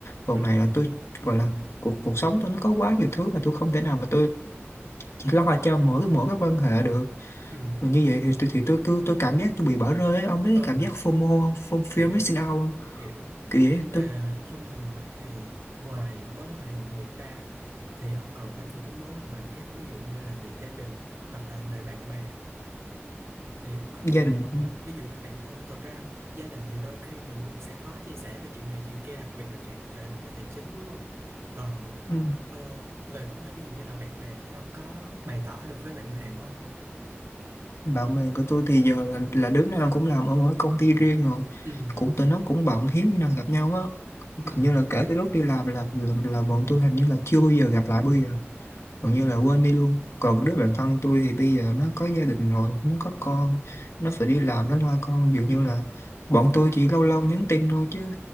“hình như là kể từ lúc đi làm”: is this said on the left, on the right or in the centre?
Left